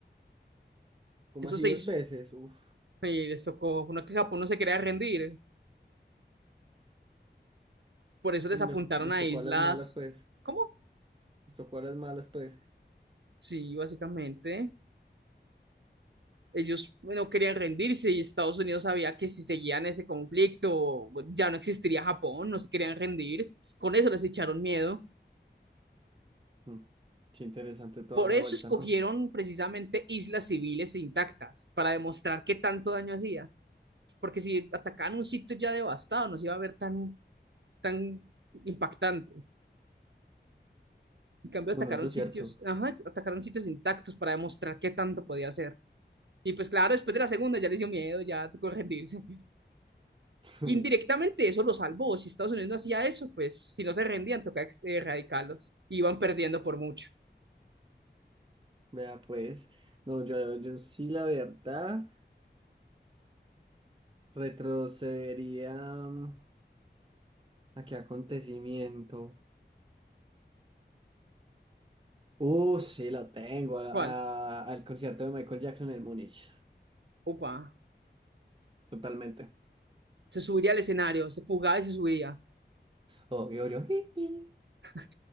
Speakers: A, on the right (about 30°); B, on the right (about 75°).
A: Como
B: Eso
A: así
B: se
A: dos
B: hizo.
A: veces? Uf,
B: Y les tocó. Uno que Japón no se quería rendir. por eso les
A: mm,
B: apuntaron
A: les, les
B: a
A: tocó
B: islas.
A: a las malas, pues.
B: ¿Cómo?
A: Les tocó a las malas, pues.
B: Sí, básicamente. Ellos no querían rendirse y Estados Unidos sabía que si seguían ese conflicto ya no existiría Japón, no se querían rendir. Con eso les echaron miedo.
A: Mm, Qué interesante toda
B: Por
A: esa
B: eso
A: vuelta,
B: escogieron
A: ¿no?
B: precisamente islas civiles e intactas, para demostrar qué tanto daño hacía. Porque si atacaban un sitio ya devastado, no se iba a ver tan, tan impactante. En cambio,
A: Bueno,
B: atacaron
A: eso es
B: sitios,
A: cierto.
B: ajá, atacaron sitios intactos para demostrar qué tanto podía hacer. Y pues claro, después de la segunda ya le dio miedo, ya tocó <laughs> rendirse.
A: <laughs>
B: Que
A: Uy,
B: indirectamente eso lo salvó. Si Estados Unidos no hacía eso, pues si no se rendían, tocaba erradicarlos. Iban perdiendo por mucho.
A: vea, pues. No, yo, yo sí, la verdad, retrocedería. mm, ¿A qué acontecimiento? Uh, sí, lo tengo. a-
B: ¿Cuál?
A: a- al concierto de Michael Jackson en Múnich.
B: Opa.
A: Totalmente.
B: Se subiría al escenario, se fugaba y se subiría.
A: Obvio, yo. <laughs>
B: <laughs>